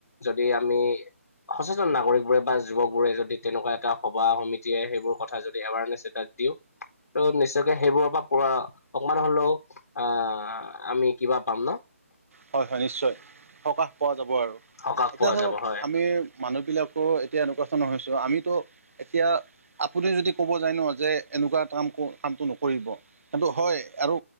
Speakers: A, on the left; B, on the right.
A: যদি আমি সচেতন নাগৰিকবোৰে বা যুৱকবোৰে যদি তেনেকুৱা এটা সভা সমিতিয়ে সেইবোৰ কথা যদি এৱাৰনেছ এটা দিওঁ। ত' নিশ্চয়কে সেইবোৰৰ পৰা পৰা অকমান হ'লেও আহ আমি কিবা পাম ন?
B: হয় হয় নিশ্চয়। সকাহ পোৱা যাব আৰু
A: সকাহ
B: এতিয়া
A: পোৱা
B: ধৰক
A: যাব হয়
B: আমি মানুহ বিলাকো এতিয়া এনেকুৱা ধৰণৰ হৈছোঁ, আমিতো এতিয়া আপুনি যদি ক'ব যায় ন যে এনেকুৱা কামটো কামটো নকৰিব। কিন্তু হয় আৰু